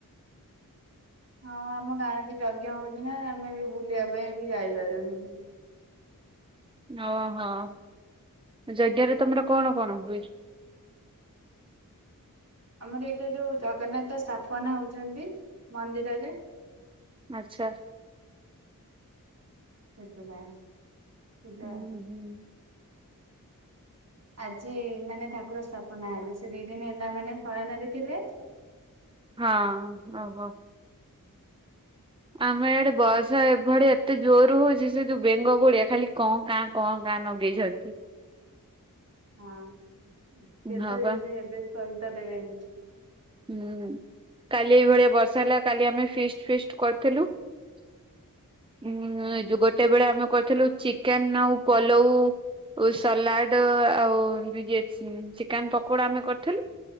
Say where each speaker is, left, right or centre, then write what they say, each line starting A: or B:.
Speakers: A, on the right; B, on the right.
A: ହଁ, ଆମ ଗାଁରେ ବି ଯଜ୍ଞ ହଉଛି ନା ଆମେ ବି ବୁଲିବା ପାଇଁ ବି ଯାଇପାରୁନୁ।
B: ଓହୋ। ଜଜ୍ଞରେ ତମର କଣ କଣ ହୁଏ?
A: ଆମର ଏଇଟା ଯୋଉ ଜଗନ୍ନାଥ ସ୍ଥାପନା ହଉଛନ୍ତି, ମନ୍ଦିରର ରେ।
B: ଆଚ୍ଛା।
A: ସେଛ ବ ତ ଯା
B: ହୁଁ
A: <inaudible>
B: ହୁଁ <inaudible>
A: ଆଜି ମାନେ ଠାକୁର ସ୍ଥାପନା ହେଲେ। ସେ ଦି ଦିନ ହେଲା ମାନେ, ଶୟନରେ ଥିଲେ।
B: ହଁ। ଓହୋ। ଆମେ ଇଆଡେ ବର୍ଷା ଏଭଳି, ଏତେ ଜୋର ହଉଛି, ସେ ଯୋଉ ବେଙ୍ଗ ଗୁଡିଆ ଖାଲି କଣ କଁ, କାଁ କଁ କାଁ ଲଗେଇଛନ୍ତି।
A: ହଁ। ସେତ
B: ହଁ ବା
A: ଯେମିତି ଏବେ ସହିତ ଦେବେନି।
B: ହୁଁ କାଲି ଏଇଭଳିଆ ବର୍ଷା ହେଲା କାଲି ଆମେ ଫିଷ୍ଟ ଫିଷ୍ଟ କରିଥିଲୁ। <inaudible> ହଁ
A: ଓହୋ
B: ଏ ଯୋଉ ଗୋଟେ ବେଳେ ଆମେ କ ଥିଲୁ ଚିକେନ ଆଉ ପଲଉ ସଲାଡ ଆଉ ଦ ଚିକେନ ପକୋଡା ଆମେ କରିଥିଲୁ